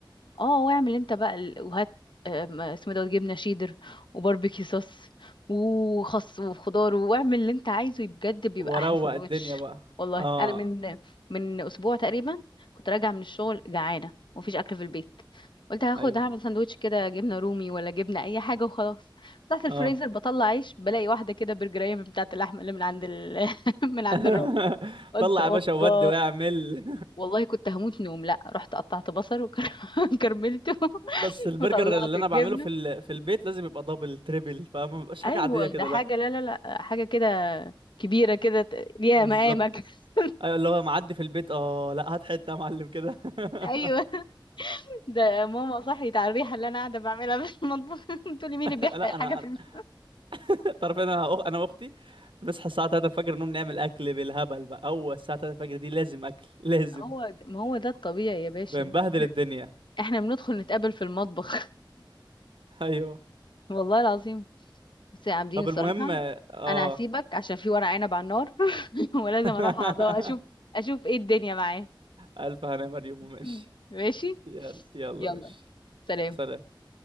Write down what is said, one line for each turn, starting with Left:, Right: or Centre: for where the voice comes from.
Left: اه واعمل انت بقى ال- وهات آم، اسمه دوت جبنه شيدر وباربيكيو صوص وخس وخضار واعمل اللي انت عايزه بجد بيبقى
Right: واروق
Left: احلى سندوتش
Right: الدنيا بقى
Left: والله
Right: اه
Left: انا من من اسبوع تقريبا كنت راجعه من الشغل جعانه ومفيش اكل في البيت قلت هاخد
Right: ايوه
Left: هعمل سندوتش كده جبنه رومي ولا جبنه اي حاجه وخلاص بتاعت الفريزر
Right: اه
Left: بطلع عيش بلاقي واحده كده برجريه من بتاعت اللحمه اللي من عند ال... <laughs> من عند
Right: <laughs>
Left: الراجل قلت
Right: طلع
Left: اوبا
Right: يا باشا وودي واعمل
Left: والله كنت هموت نوم لا رحت قطعت بصل وكرملته <laughs>
Right: <laughs> بس البرجر
Left: وطلعت
Right: اللي
Left: الجبنه
Right: انا بعمله في ال... في البيت لازم يبقى دبل تريبل فما بيبقاش حاجه
Left: ايوه
Right: عاديه كده
Left: ده حاجه
Right: لا
Left: لا لا لا حاجه كده كبيره كده ت- ليها
Right: بالظبط
Left: مقامك <laughs>
Right: ايوه اللي هو معدي في البيت اه لا هات حته يا معلم كده <laughs>
Left: ايوه ده ماما صحيت على الريحه اللي انا قاعده بعملها في المطبخ <laughs> بتقولي مين اللي
Right: لا
Left: بيحرق الحاجه
Right: انا
Left: في
Right: أنا-
Left: المطبخ
Right: <laughs> تعرف انا أخ- انا واختي بنصحى الساعه 3 الفجر نقوم نعمل اكل بالهبل بقى اول الساعه 3 الفجر دي لازم اكل لازم
Left: هو د- ما هو ده الطبيعي يا باشا
Right: بنبهدل
Left: احنا
Right: الدنيا
Left: إحنا بندخل نتقابل في المطبخ
Right: <laughs> ايوه
Left: <laughs> والله العظيم بس يا عابدين
Right: طب
Left: الصراحه
Right: المهم اه
Left: انا هسيبك عشان في ورق عنب على النار <laughs> ولازم
Right: <laughs>
Left: اروح أض- اشوف اشوف ايه الدنيا معاه
Right: ألف هنا مريم وماشي
Left: مم. ماشي
Right: يلا يلا
Left: يلا
Right: ماشي
Left: سلام
Right: سلام